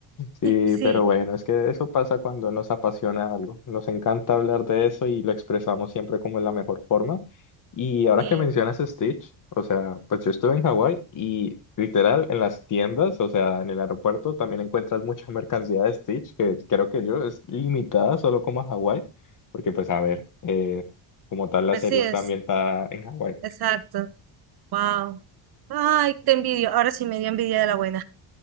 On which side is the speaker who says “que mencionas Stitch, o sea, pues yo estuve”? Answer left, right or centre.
Left